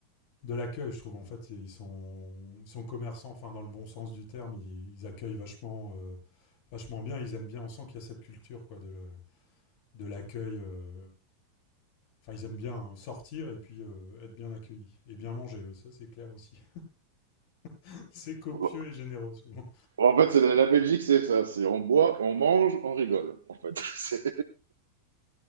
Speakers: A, on the left; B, on the right.
A: de l'accueil, je trouve. En fait, ils sont ils sont commerçants, enfin dans le bon sens du terme, ils, ils accueillent vachement euh, vachement bien. Ils aiment bien. On sent qu'il y a cette culture quoi de le- de l'accueil. euh, Enfin, ils aiment bien sortir et puis euh, être bien accueillis et bien manger. ouais, Ça, c'est clair aussi. <laughs> C'est copieux
B: En fait,
A: et généreux souvent.
B: en fait c'est la, la Belgique, c'est ça. C'est on boit, on mange, on rigole. En fait, <laughs> c'est